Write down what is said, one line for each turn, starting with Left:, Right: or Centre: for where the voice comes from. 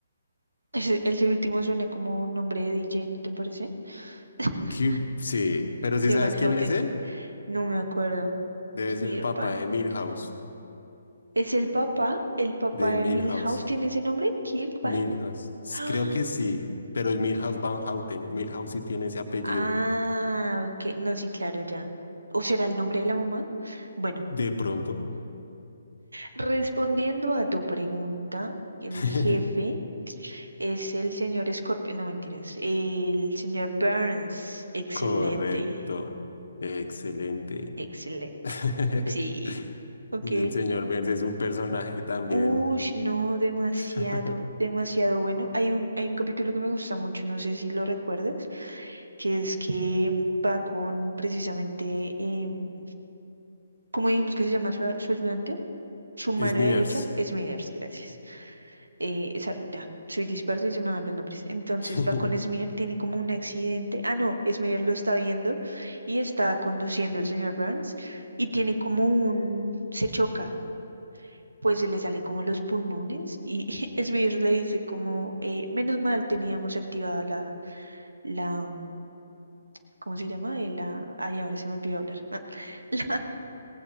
Right: Ese, ese último suena como un nombre de DJ, ¿no te parece? <laughs>
Left: Kirk, sí, pero si
Right: Kieran
Left: sabes
Right: Van Houten.
Left: quién es él,
Right: No me acuerdo.
Left: debe
Right: Kieran
Left: ser el papá
Right: Van
Left: de Milhouse,
Right: Houten. ¿Es el papá? ¿El papá
Left: de
Right: de
Left: Milhouse,
Right: Milhouse tiene ese nombre? ¿Kirk Van?
Left: Milhouse. S-
Right: <gasps>
Left: Creo que sí, pero es Milhouse Van Houten. Milhouse sí tiene ese apellido.
Right: Ah, ok. No, sí, claro, ya. ¿O será el nombre de la mamá? Bueno,
Left: De pronto.
Right: respondiendo a tu pregunta, el
Left: <laughs>
Right: jefe es el señor Scorpio, no mentiras, el señor Burns. Excelente,
Left: Correcto. Excelente.
Right: excelente.
Left: <laughs>
Right: Sí, ok.
Left: El señor Burns es un personaje también.
Right: Ush, no, demasiado,
Left: <laughs>
Right: demasiado bueno. Hay un, hay un capítulo que me gusta mucho, no sé si lo recuerdes, que es que va con precisamente, em, ¿cómo dijimos que se llama su, su ayudante? Su mano
Left: Smithers.
Right: derecha, Smithers, gracias. Eh, esa- ya, soy disperso y se me van los nombres. Entonces
Left: <laughs>
Right: va con Smithers, tiene como un accidente. Ah, no, Smithers lo está viendo y está conduciendo el señor Burns y tiene como un... se choca, pues se le salen como los pulmones y <laughs> Smithers le dice como, eh, menos mal teníamos activada la, la, um, ¿cómo se llama? Eh, La, ay, ahora se me olvidó hablar. <laughs> La,